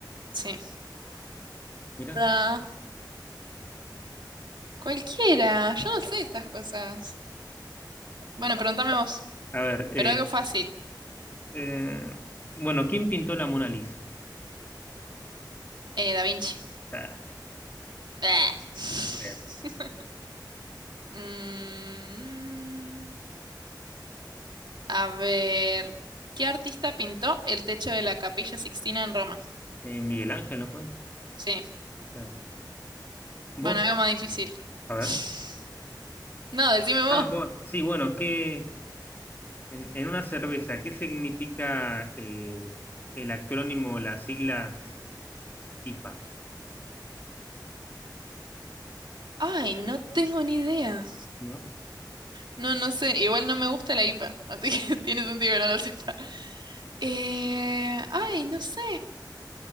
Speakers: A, on the right; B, on the left.
A: Sí.
B: mira.
A: Da, cualquiera, yo no sé estas cosas. Bueno, pregúntame vos,
B: A ver, eh,
A: pero algo fácil.
B: eh, bueno, ¿quién pintó la Mona Lisa?
A: Eh, Da Vinci.
B: Ah,
A: Bleh.
B: muy bien.
A: <laughs> Mm, a ver, ¿qué artista pintó el techo de la Capilla Sixtina en Roma?
B: Eh, Miguel Ángel, ¿no fue?
A: Sí,
B: Ah. ¿Vos?
A: bueno, algo más difícil.
B: A ver.
A: <laughs> No, decime vos.
B: Ah, vos. Sí, bueno, ¿qué, En, en una cerveza, ¿qué significa eh, el acrónimo, las siglas IPA?
A: Ay, no tengo ni idea.
B: ¿No?
A: No, no sé, igual no me gusta la IPA, así que <laughs> tiene sentido que no lo sepa. Eh, ay, no sé.